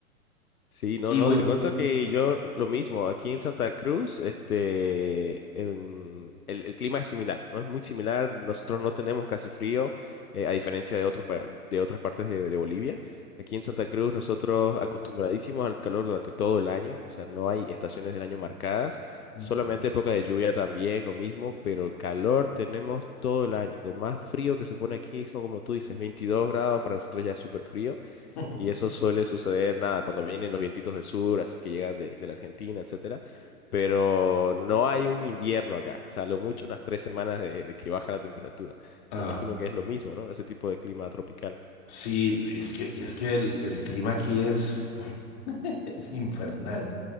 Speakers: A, on the left (about 75°); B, on the left (about 45°).
A: Sí, no,
B: Y
A: no,
B: bueno.
A: te cuento que yo lo mismo, aquí en Santa Cruz, este, en- el, el clima es similar, ¿no? Es muy similar, nosotros no tenemos casi frío, eh, a diferencia de otros, pa- de otras partes de, de Bolivia. Aquí en Santa Cruz nosotros acostumbradísimos al calor durante todo el año, o sea, no hay estaciones del año marcadas,
B: Ujú.
A: solamente época de lluvia también, lo mismo, pero calor tenemos todo el año. Lo más frío que se pone aquí son, como tú dices, 22 grados, para nosotros ya es súper frío.
B: <laughs>
A: Y eso suele suceder, nada, cuando vienen los vientitos del sur, así que llegan de, de la Argentina, etcétera. Pero no hay un invierno acá. O sea, lo mucho unas tres semanas de, de que baja la temperatura.
B: Ah,
A: Me imagino que es lo mismo, ¿no? Ese tipo de clima tropical.
B: sí, y es que, y es que el, el clima aquí es, <laughs> es infernal.